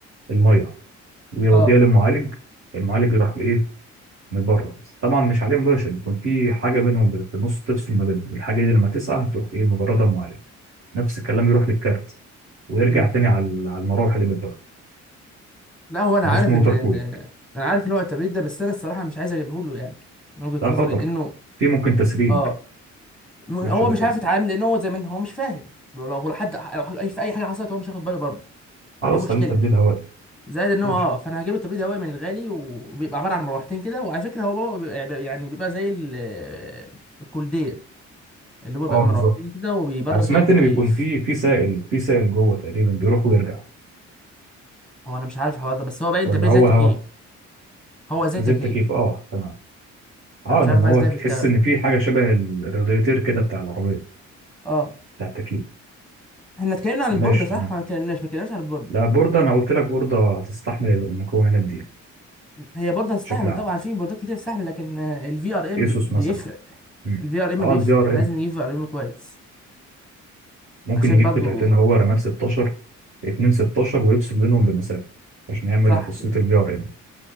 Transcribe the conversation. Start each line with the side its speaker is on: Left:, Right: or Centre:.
Right: الميه ويوديها
Centre: اه
Right: للمعالج المعالج يروح بايه مبرد طبعا مش عليه مباشر بيكون في حاجه بينهم بت- في النص تفصل ما بينهم الحاجه دي لما تسقع تروح ايه مبرده المعالج نفس الكلام يروح للكارت ويرجع
Centre: امم
Right: تاني على ال- على المراوح اللي بتبرد
Centre: لا هو انا
Right: ده
Centre: عارف
Right: اسمه
Centre: ان
Right: ووتر
Centre: ان
Right: كولينج
Centre: انا عارف نوع التبريد ده بس انا الصراحه مش عايز اجيبه له يعني من وجهه
Right: ده
Centre: نظري
Right: خطر
Centre: لانه
Right: في ممكن تسريب
Centre: اه م- هو
Right: حاجات شبه
Centre: مش
Right: كده
Centre: عارف يتعامل لان هو زي ما انت هو مش فاهم لو لو حد أو حاجة- اي في اي حاجه حصلت هو مش هياخد باله برضه
Right: خلاص
Centre: فدي مشكله
Right: خليه تبريد هوائي
Centre: زائد ان هو
Right: ماشي
Centre: اه فانا هجيب له تبريد هوائي من الغالي وبيبقى عباره عن مروحتين كده وعلى فكره هو بابا بيبقى يعني بيبقى زي ال- الكولدير اللي هو بقى
Right: اه
Centre: مروحتين
Right: بالظبط
Centre: كده وبيبرر
Right: انا سمعت
Centre: كأنه تكييف
Right: ان بيكون في في سائل في سائل جوه تقريبا بيروح ويرجع
Centre: هو انا مش عارف الحوار ده بس هو باين
Right: ولا
Centre: تبريد
Right: هو
Centre: زي التكييف
Right: هوا
Centre: هو زي
Right: زي
Centre: تكييف
Right: التكييف اه تمام اه
Centre: انا مش
Right: لان
Centre: عارف بقى
Right: هو
Centre: ازاي
Right: تحس
Centre: بيشتغل
Right: ان في حاجه شبه ال- الرادياتير كده بتاع العربيه
Centre: اه
Right: بتاع التكييف
Centre: احنا اتكلمنا عن
Right: ماشي
Centre: البوردة صح
Right: تمام
Centre: ولا اتكلمناش ما اتكلمناش عن البوردة
Right: لا بورده انا قلت لك بورده تستحمل المكونات دي
Centre: هي بوردة تستحمل
Right: بشكل عام
Centre: طبعا في بوردات كتير تستحمل لكن الفي ار ام
Right: ايسوس مثلا
Centre: بيفرق
Right: مم.
Centre: الفي ار ام
Right: اه
Centre: بيفرق
Right: البي ار
Centre: احنا
Right: ام
Centre: لازم نجيب في ار ام كويس
Right: ممكن
Centre: عشان
Right: يجيب
Centre: برضو
Right: قطعتين هو رامات 16 2 16 ويفصل بينهم بمسافه عشان يعمل
Centre: صح
Right: لخاصيه
Centre: كده
Right: البي ار ام